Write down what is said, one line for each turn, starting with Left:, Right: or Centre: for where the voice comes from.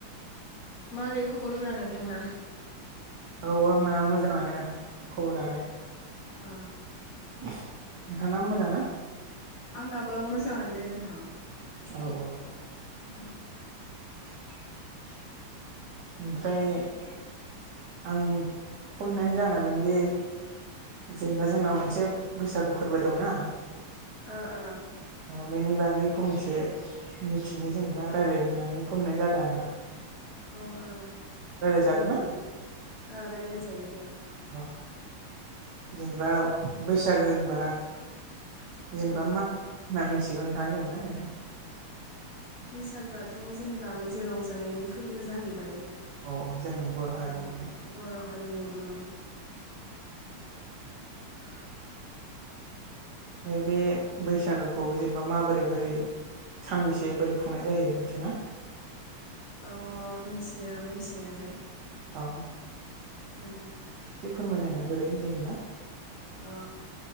Left: मारै खबरफोरा नोंथांना?
Right: औ आंना मोजाङानो खबरालाय।
Left: ओ
Right: <inaudible> नोंथांनाबो मोजां ना?
Left: आंनाबो मोजाङानो दे नोंथां।
Right: औ औ।
Left: <inaudible>
Right: <inaudible> ओमफ्राय आं फन हरनायनि जाहोना बेनोदि जेनेबा जोंनाव
Left: ओ
Right: मोनसे बैसागु फोरबो दंना
Left: ओ ओ।
Right: औ बेनि बागै फंनैसो मिथिनो जेनेबा रायलायनो होननानै फन हरनाय जादों आरोना।
Left: अ अ
Right: रायलायजागोन
Left: रायलाय
Right: ना
Left: जायो, ओ रायलाय जायो दे।
Right: ओ। जेनेबा बैसागो होनबा जेनेबा
Left: उम
Right: मा होना मिथिगौ नोथाङा जेनेबा देनाय
Left: बैसागोआथ' जेनेबा मोनसे रंजानायनि फोरबो जाहैबाय।
Right: औ औ जोंनि बर' हारिनिनो।
Left: ओ बर' हारिनि ओं। <inaudible>
Right: नै बे बैसागोखौ जेनेबा माबोरै बोरै सानबेसे बोरै खुंनाय जायो मिथिगौना?
Left: अ मिथियो मिथिनायालाय।
Right: अ।
Left: ओ।
Right: एसे फोरमायनायनाय बोरै जेनेबा
Left: अ